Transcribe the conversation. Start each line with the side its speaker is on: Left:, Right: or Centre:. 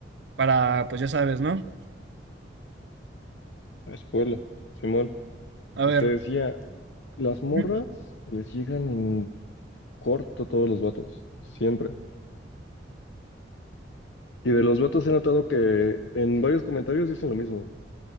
Right: para, pues ya sabes, ¿no?
Left: Ah, Es Puebla. Simón.
Right: A
Left: Usted
Right: ver,
Left: decía, Las morras
Right: ujú,
Left: les llegan en corto todos los vatos, siempre. Y de los vatos he notado que en varios comentarios dicen lo mismo.